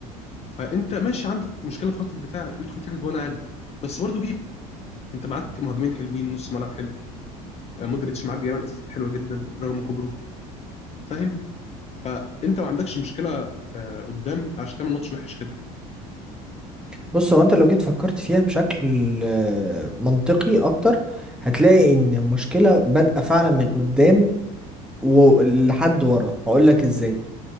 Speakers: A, on the left; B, in the centre.
A: فانت ماشي عندك مشكله في خط الدفاع يدخل فيك جوان عادي بس برضه جيب انت معاك مهاجمين حلوين نص ملعب حلو آه، مودريتش معاك بيعمل اسيستات حلوه جدا رغم كبره فاهم فانت ما عندكش مشكله في قدام عشان تعمل ماتش وحش كده
B: بص هو انت لو جيت فكرت فيها بشكل آه، منطقي اكتر هتلاقي ان المشكله بادئه فعلا من قدام ولحد ورا هقول لك ازاي